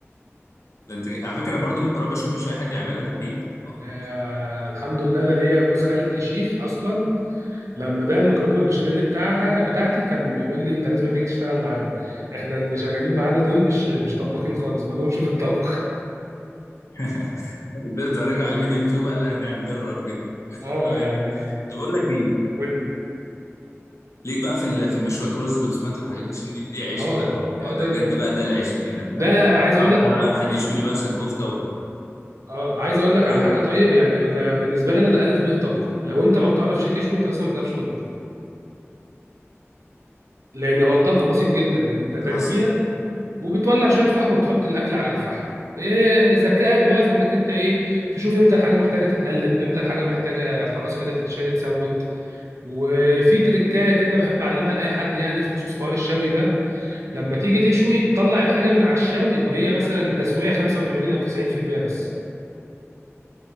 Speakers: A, on the left (about 80°); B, on the right (about 80°).
A: ده انت على فكره برضو المكرونه بشاميل مش اي حد يعملها ده حقيقه اه
B: آه الحمد لله انا ليا جوز خالتي شيف اصلا لما ده المكرونه بالبشاميل بتاعها بتاعتي كان بيقول لي انت لازم تيجي تشتغل معانا احنا اللي شغالين معانا دول مش مش طباخين خالص ما لهمش في الطبخ
A: <laughs> بدات اراجع على فيديو يوتيوب قال انا هنجرب كده
B: <laughs> اه
A: اي
B: يعني
A: طب اقول لك إيه؟
B: قول لي.
A: ليك بقى في ال- في المشويات الرز بالبسمات والحاجات دي عشان دي دي عشق
B: اه
A: بقى ده,
B: اه
A: ده
B: ده
A: بجد بقى ده العشق يعني انا
B: ده عايز اقول
A: اقعد
B: لك
A: بقى
B: طب
A: حد يشوي لي مثلا كفته
B: اه عايز اقول لك
A: وقول
B: على حاجه طيب يعني ده بالنسبه لي انا ده الف ب طبخ لو انت ما بتعرفش تشوي انت اصلا ما بتعرفش تطبخ لان هو الطبخ بسيط جدا انت تتبيله
A: حصل
B: وبتولع شويه فحم وبتحط الاكل على الفحم ايه ذكائك بقى في انك انت ايه تشوف امتى الحاجه محتاجه تتقلب امتى الحاجه محتاجه خلاص كده تتشال اتسوت وفي تركايه كده بحب اعلمها لاي حد يعني في خصوص حوار الشوي ده لما تيجي تشوي طلع الحاجه من على الشوي وهي مثلا تسويه 85 او 90% بس